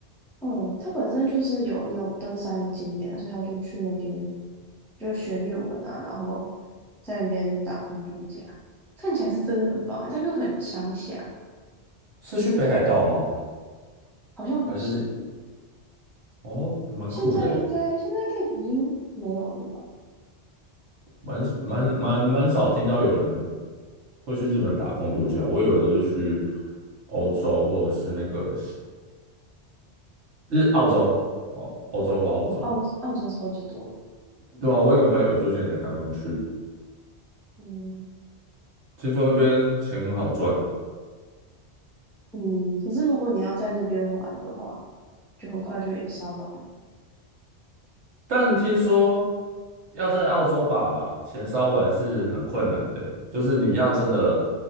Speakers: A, in the centre; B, on the right.
A: 嗯，他本身就是有那种登山的经验啊，所以他就去那边就学日文啊，然后在那边打工度假，看起来是真的很棒欸，但就很乡下，
B: 是去北海道吗？
A: 好像不是，
B: 还是哦，蛮酷的诶。
A: 现在应该现在应该已经没有了吧？
B: 蛮蛮蛮蛮少听到有人会去日本打工度假，我以为都是去欧洲或者是那个日澳洲，哦，欧洲或澳洲。
A: 哦，澳澳洲超级多的，
B: 对啊，我有一个朋友最近也才刚刚去，
A: 嗯。
B: 听说那边钱很好赚。
A: 嗯，可是如果你要在那边玩的话，就很快就也烧完了。
B: 但听说要在澳洲把钱烧完是很困难的欸就是你要真的